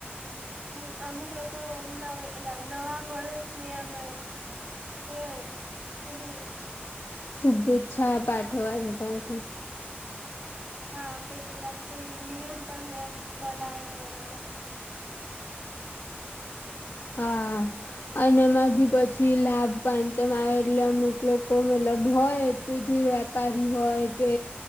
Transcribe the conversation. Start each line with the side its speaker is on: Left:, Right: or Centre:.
Right: હમ અમુક લોકો એ નવા વર્ષની આમ તે પહેલુ
Left: શુભેચ્છા પાઠવવા જતા હોય છે.
Right: હા પહિ પેલા કોઈ નિયમ પણ બનાવે નવા-નવા
Left: હા અને એમાં બી પછી લાભ પાંચમ આવે એટલે અમુક લોકો મતલબ હોય. તો જે વેપારી હોય કે